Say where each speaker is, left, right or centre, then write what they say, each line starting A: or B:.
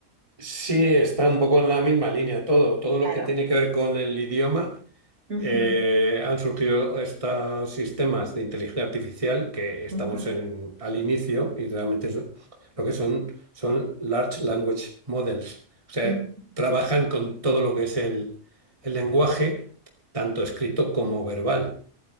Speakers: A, on the right (about 25°); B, on the right (about 55°).
A: Sí, está un poco en la misma línea todo, todo lo
B: Claro.
A: que tiene que ver con el idioma
B: Ujú,
A: eh, han surgido estos sistemas de inteligencia artificial que estamos
B: ujú,
A: en- al inicio y realmente es- lo que son son large language models. O sea,
B: ujú.
A: trabajan con todo lo que es el, el lenguaje, tanto escrito como verbal.